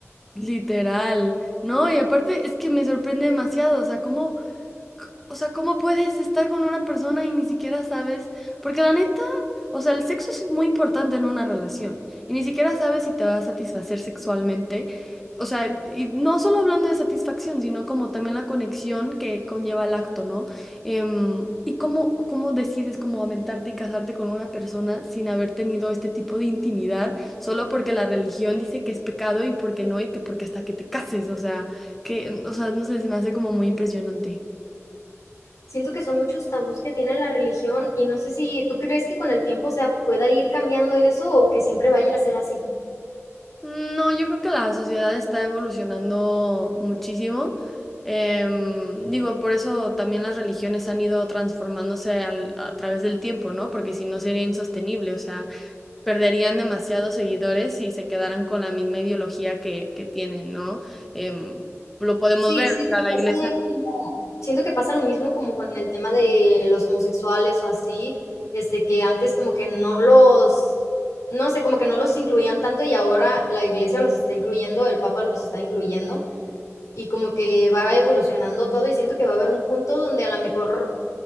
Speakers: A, in the centre; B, on the left.
A: literal, ¿no? Y aparte es que me sorprende demasiado, o sea, cómo c- O sea, ¿cómo puedes estar con una persona y ni siquiera sabes? Porque la neta, o sea, el sexo es muy importante en una relación y ni siquiera sabes si te va a satisfacer sexualmente. O sea, y no solo hablando de satisfacción, sino como también la conexión que conlleva el acto, ¿no? Em, y cómo, cómo decides cómo aventarte y casarte con una persona sin haber tenido este tipo de intimidad, solo porque la religión dice que es pecado y porque no, y que porque hasta que te cases, o sea, que, o sea, no sé, se me hace como muy impresionante.
B: Siento que son muchos tabús que tiene la religión y no sé si tú crees que con el tiempo, o sea, pueda ir cambiando eso o que siempre vaya a ser así.
A: No, yo creo que la sociedad está evolucionando muchísimo. Em, digo, por eso también las religiones han ido transformándose al- a través del tiempo, ¿no? Porque si no sería insostenible, o sea, perderían demasiados seguidores si se quedaran con la misma ideología que, que tienen, ¿no? Em, lo podemos
B: Sí,
A: ver,
B: siento
A: o sea,
B: que
A: la
B: pasa
A: iglesia.
B: como- siento que pasa lo mismo como con el tema de los homosexuales o así, este, que antes como que no los, no sé, como que no los incluían tanto y ahora la iglesia los está incluyendo, el papa los está incluyendo. y como que va evolucionando todo y siento que va a haber un punto donde a lo mejor